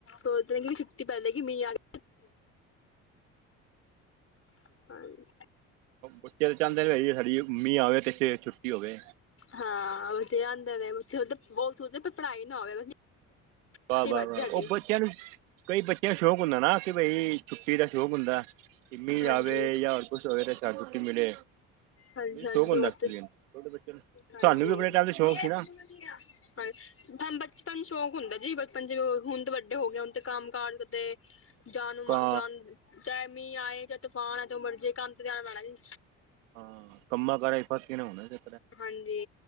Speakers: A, on the left (about 35°); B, on the right (about 80°).
A: ਉਦੋ ਹੀ ਛੁੱਟੀ ਪੈ ਜੇਗੀ, ਮੀਂਹ ਆ ਗਿਆ। <unintelligible>
B: ਬੱਚੇ ਤਾਂ ਚਾਹੁੰਦੇ ਨੇ ਜ ਸਾਡੀ ਮੰਮੀ ਆ ਹੋਵੇ ਤੇ ਛੁੱਟੀ ਹੋਵੇ
A: ਹਾਂ ਉਹਥੇ ਆ ਨੇ ਉਹ ਸੋਚਦੇ ਪੜ੍ਹਾਈ ਨਾ ਹੋਵੇ
B: ਵਾਹ
A: ਛੁੱਟੀ
B: ਵਾਹ
A: ਵੱਜ
B: ਵਾਹ
A: ਜਾਏ ਸਾਡੀ
B: ਉਹ ਬੱਚਿਆਂ ਨੂੰ ਕਈ ਬੱਚਿਆਂ ਦਾ ਸ਼ੌਕ ਹੁੰਦਾ ਨਾ ਕਿ ਬਈ ਛੁੱਟੀ ਦਾ ਸ਼ੌਕ ਹੁੰਦਾ। ਮੀਹ
A: ਹਾਂਜੀ
B: ਅਵੇ ਯਕੁਚ ਹੋਏ ਤਾਂ ਛੁੱਟੀ ਮਿਲੇ
A: ਹਾਂਜੀ
B: ਮੈਨੂੰ
A: ਹਾਂਜੀ।
B: ਸ਼ੌਕ ਹੁੰਦਾ
A: ਉਹ
B: ਐਕਚੁਲੀ
A: ਤੇ,
B: ਛੋਟੇ ਬੱਚਿਆਂ ਨੂੰ
A: ਹਾਂਜੀ
B: ਸਾਨੂੰ ਵੀ ਆਪਣੇ ਟਾਈਮ ਤੇ ਸ਼ੌਕ
A: ਹ
B: ਸੀ ਨਾ
A: ਸਾਨੂੰ ਬਚਪਨ ਚ ਸ਼ੌਂਕ ਹੁੰਦਾ ਜੀ। ਬਚਪਨ ਚ ਹੁਣ ਤੇ ਵੱਡੇ ਹੋ ਗਏ। ਹੁਣ ਤੇ ਕੰਮ ਕਾਜ ਉੱਤੇ ਜਾਨ ਮ
B: ਕਾਂ
A: ਜਾਨ, ਚਾਹੇ ਮੀਂਹ ਆਏ, ਚਾਹੇ ਤੂਫਾਨ ਆਏ। ਜੋ ਮਰਜੀ ਕੰਮ ਤੇ ਜਾਣਾ ਪੈਣਾ ਜੀ।
B: ਹਾਂ। ਕੰਮਾ ਕਾਰਾ ਚ ਫਸ ਕਿ ਨਾ ਹੋਂਦਾ। ਨੀ ਤੇ
A: ਹਾਂਜੀ।